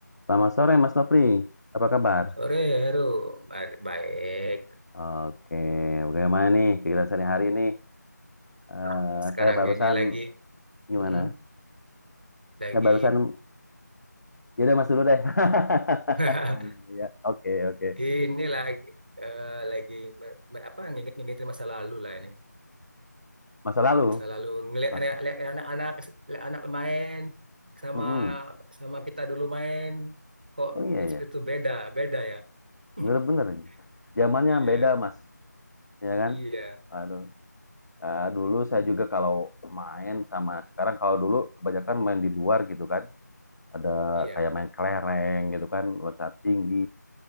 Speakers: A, on the left (about 65°); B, on the right (about 30°).
A: Selamat sore Mas Nopri, apa kabar?
B: Sore ya Heru, Ba- baik.
A: Oke, bagaimana nih kegiatan sehari-hari nih? Eh,
B: Ah, sekarang
A: saya barusan
B: ini lagi,
A: gimana?
B: mm, lagi,
A: Saya barusan, ya udah Mas dulu deh. <laughs>
B: <laughs>
A: Ya, oke oke.
B: ini lagi, eh, lagi me- me- apa nginget-ngingetin masa lalu lah ini.
A: Masa lalu,
B: Masa lalu ngelihat
A: Mas.
B: anak- lihat anak-anak, lihat anak main sama
A: Mm-mm.
B: sama kita dulu main, kok
A: Oh iya
B: itu,
A: ya,
B: itu beda, beda ya. <laughs>
A: bener-bener. Zamannya
B: Iya,
A: beda Mas, ya kan?
B: iya,
A: Aduh, Eh, dulu saya juga kalau main sama sekarang kalau dulu kebanyakan main di luar gitu kan. Ada
B: iya.
A: kayak main kelereng gitu kan, loncat tinggi,